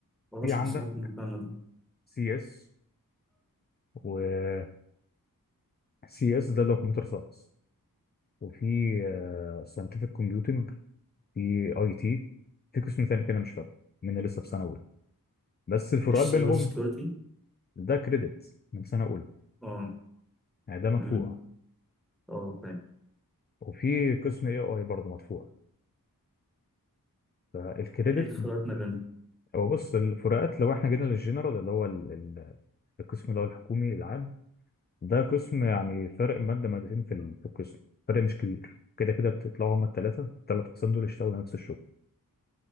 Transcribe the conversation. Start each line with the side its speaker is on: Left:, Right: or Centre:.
Centre: معرفش
Left: في عندك
Centre: نسيبك من المكان ده
Left: سي إس و سي إس ده اللي هو كمبيوتر ساينس وفي ساينتفك كومبيوتنج في أي تي في قسم تاني كده مش فاكره من لسه في سنة أولى بس الفروقات
Centre: ايش
Left: بينهم
Centre: سايبر سكيورتي؟
Left: ده كريدت من سنة أولى
Centre: اه
Left: يعني ده مدفوع
Centre: امم اه فاهم
Left: وفي قسم اي اي برضه مدفوع فالكريدت
Centre: ايه الفروقات ما بينهم؟
Left: هو بص الفروقات لو احنا جينا للجنرال اللي هو ال- ال- القسم اللي هو الحكومي العام ده قسم يعني فرق مادة مادتين في ال- في القسم فرق مش كبير كده كده بتطلعوا هما التلاتة التلات أقسام دول يشتغلوا نفس الشغل